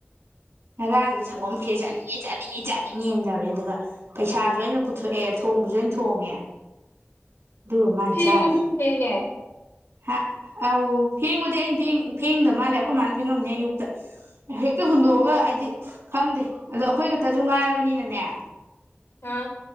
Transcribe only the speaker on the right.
ꯉꯔꯥꯡꯁꯦ ꯁꯪꯒꯣꯝ ꯈꯦ ꯆꯥꯅꯤꯡꯉꯦ ꯆꯥꯅꯤꯡꯉꯦ ꯆꯥꯅꯤꯡꯉꯦꯅ ꯇꯧꯔꯛꯑꯦ ꯑꯗꯨꯒ ꯄꯩꯁꯥꯁꯨ ꯑꯩꯅ ꯄꯨꯊꯣꯛꯑꯦ ꯊꯣꯡꯕꯁꯨ ꯑꯩꯅ ꯊꯣꯡꯉꯦ ꯑꯗꯨꯒ ꯃꯥꯅ
ꯆꯥꯔꯤ
ꯍꯥ ꯑꯧ ꯐꯦꯡꯕꯨꯗꯤ ꯑꯩꯅꯦꯡ ꯐꯦꯡꯗ ꯃꯥꯜꯂꯦ ꯑꯩꯈꯣꯏ ꯃꯥꯜꯅ ꯐꯦꯡꯉꯝꯅꯤ ꯑꯌꯨꯛꯇ ꯔꯇ
ꯍꯗꯣ ꯈꯪꯗꯦ ꯑꯗꯣ ꯑꯩꯈꯣꯏ ꯈꯛꯇꯁꯨ ꯉꯥꯏꯔꯕꯅꯤꯅꯅꯦ